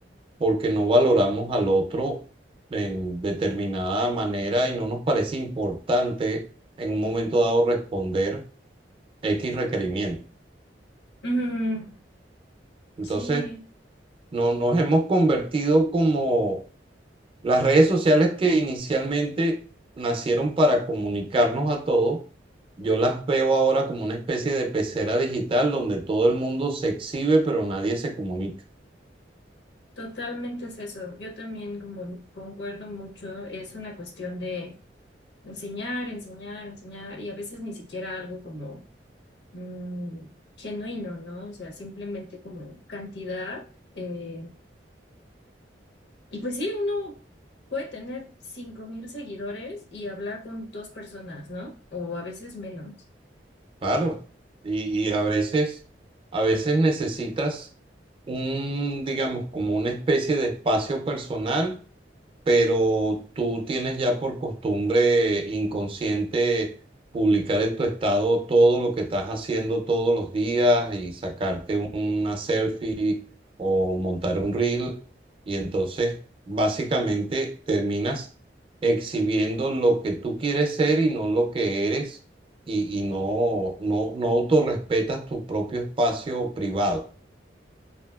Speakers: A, on the right; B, on the left.
A: porque no valoramos al otro en determinada manera y no nos parece importante en un momento dado responder X requerimiento.
B: Mm,
A: Entonces,
B: sí,
A: no, nos hemos convertido como las redes sociales que inicialmente nacieron para comunicarnos a todos. Yo las veo ahora como una especie de pecera digital donde todo el mundo se exhibe, pero nadie se comunica.
B: totalmente es eso. Yo también como concuerdo mucho, es una cuestión de enseñar, enseñar, enseñar y a veces ni siquiera algo como mm, genuino, ¿no? O sea, simplemente como cantidad. eh, y pues sí, uno puede tener cinco mil seguidores y hablar con dos personas, ¿no? O a veces menos.
A: Claro, y, y a veces, a veces necesitas un, digamos, como una especie de espacio personal pero tú tienes ya por costumbre inconsciente publicar en tu estado todo lo que estás haciendo todos los días y sacarte una selfie o montar un reel y entonces básicamente terminas exhibiendo lo que tú quieres ser y no lo que eres y, y no, no, no autorrespetas tu propio espacio privado.